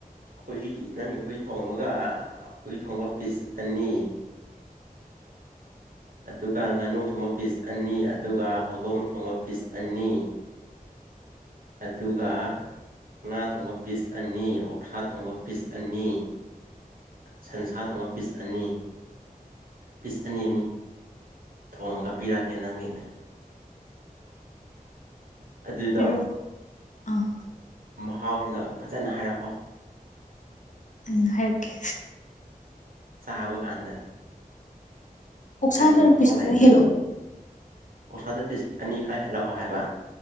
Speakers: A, on the right; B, on the left.
A: ꯍꯨꯏ ꯅꯪꯒꯤ ꯍꯨꯏ ꯊꯣꯡꯕꯒ ꯍꯨꯏ ꯊꯣꯡꯕ ꯄꯤꯁ ꯑꯅꯤ
B: <unintelligible>
A: ꯑꯗꯨꯒ ꯉꯥꯅꯨ ꯊꯣꯡꯕ ꯄꯤꯁ ꯑꯅꯤ ꯑꯗꯨꯒ ꯍꯧꯗꯣꯡ ꯊꯣꯡꯕ ꯄꯤꯁ ꯑꯅꯤ ꯑꯗꯨꯒ ꯉꯥ ꯊꯣꯡꯕ ꯄꯤꯁ ꯑꯅꯤ ꯑꯣꯛꯁꯥ ꯊꯣꯡꯕ ꯄꯤꯁ ꯑꯅꯤ ꯁꯟꯁꯥ ꯊꯣꯡꯕ ꯄꯤꯁ ꯑꯅꯤ ꯄꯤꯁ ꯑꯅꯤ ꯑꯅꯤ ꯊꯣꯡꯒ ꯄꯤꯔꯛꯀꯦ ꯅꯪꯒꯤ ꯑꯗꯨꯗ
B: ꯄꯤꯔꯛꯑꯣ ꯑꯥ
A: ꯃꯍꯥꯛ ꯅ ꯐꯖꯅ ꯍꯥꯏꯔꯛꯑꯣ
B: ꯎ ꯍꯥꯏꯀꯦ
A: ꯆꯥꯕ ꯀꯥꯟꯗꯅ
B: ꯑꯣꯛꯁꯥꯗꯨꯅ
A: ꯀꯔꯤ ꯃꯍꯥꯎ
B: ꯄꯤꯁ
A: ꯂꯩꯕ꯭ꯔꯥ
B: ꯈꯔ ꯍꯦꯜꯂꯛꯑꯣ
A: ꯑꯣꯁꯥꯗ ꯄꯤꯁ ꯑꯅꯤ ꯈꯔ ꯍꯦꯜꯂꯛꯑꯣ ꯍꯥꯏꯕ